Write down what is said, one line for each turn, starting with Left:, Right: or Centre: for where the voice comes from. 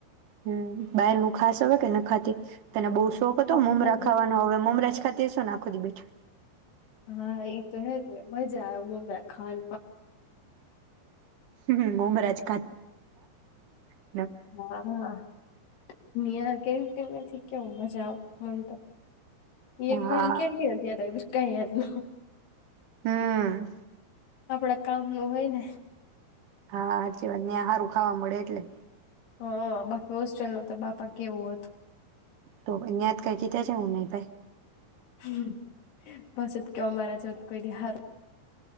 Right: હમ્મ બહાર નો ખાસ આવે કે ન ખાતી, તને બો શોખ
Left: હા
Right: તો મમરા
Left: મજા
Right: ખાવાનોવે હવે મમર ખાતી હશેને આખો દિવસ.
Left: હા ઈ તો હેજ ને મજા આવે મોમરા ખાન
Right: હમ્મ મમરાજ. <unintelligible>
Left: હા હા, કેમ કે નથી. કેવું મજા આવત મન તો. એક
Right: હા
Left: વાર કે <unintelligible> કંઈય જ નઈ.
Right: હ.
Left: આપણા કામ નું હોય ને.
Right: હા હાચી વાત ને હારુ ખાવા મળે એટલે.
Left: હા બાકી હોસ્ટેલ ન તો બાપા કેવું હતું.
Right: તો અહીંયા કઈ કીધા છે કે નહી ભાઈ.
Left: <unintelligible>